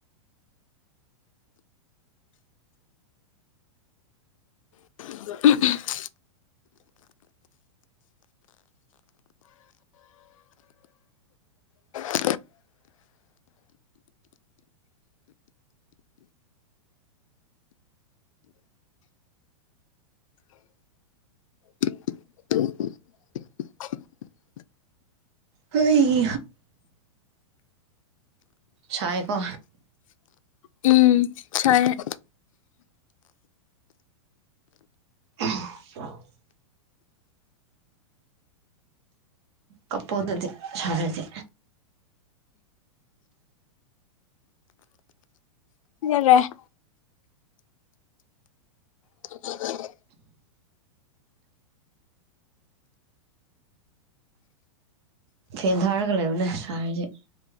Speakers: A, on the left; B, on the right.
A: <inaudible> ꯗꯤ <inaudible> <inaudible>
B: ꯍꯣꯏ <inaudible> ꯁꯥꯢꯑꯦꯒꯣ
A: ꯎꯝ ꯁꯥꯢꯑꯦ
B: ꯑ <inaudible> ꯀꯥꯞꯄꯣ ꯑꯗꯨꯗꯤ ꯁꯥꯔꯗꯤ
A: ꯑꯗꯨꯔꯦ <inaudible> ꯎ <inaudible>
B: ꯐꯦꯟ ꯊꯥꯔꯒ ꯂꯩꯌꯨꯅꯦ ꯁꯥꯔꯗꯤ